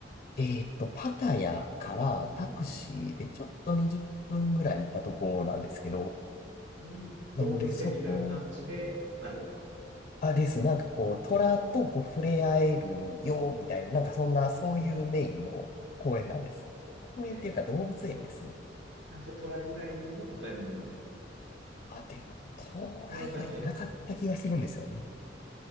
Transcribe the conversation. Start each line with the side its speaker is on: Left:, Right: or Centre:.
Left: えーっと、パタヤからタクシーでちょっと20分ぐらい行ったとこなんですけど、
Right: うん。に、
Left: なのでそこ、
Right: 動物園みたいな感じである。
Left: あ、です。なんかこう、虎とこう触れ合えるよ、みたいな、なんかそんな、そういうメインの公園なんです。公園っていうか動物園ですね。
Right: えー、あ、じゃあ、虎以外にも他に、
Left: あ、でも、虎以外いなかった気がするんですよね。
Right: 虎だけ。うん